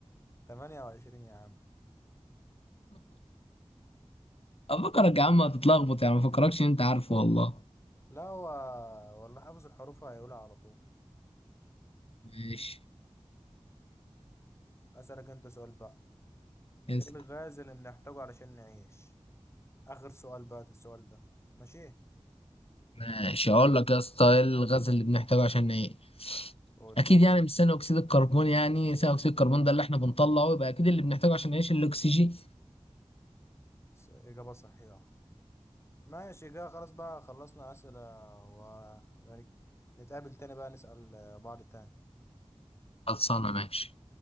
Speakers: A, on the left; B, on the left.
A: 28 يا عم
B: افكرك يا عم هتتلخبط يعني ما فكركش انت عارفه والله
A: لا هو والله حافظ الحروف هيقولها على طول
B: ماشي
A: أسألك أنت سؤال بقى
B: اسأل.
A: إيه الغاز اللي بنحتاجه علشان نعيش آخر سؤال بقى ده السؤال ده ماشي
B: ماشي هقول لك يا اسطى ايه الغاز اللي بنحتاجه عشان نعيش
A: قول
B: اكيد يعني مش ثاني اكسيد الكربون يعني ثاني اكسيد الكربون ده اللي احنا بنطلعه يبقى اكيد اللي بنحتاجه عشان نعيش الاكسجين
A: س- إجابة صحيحة ماشي كده خلاص بقى خلصنا أسئلة و يعني نتقابل تاني بقى نسأل بعض تاني
B: خلصانه ماشي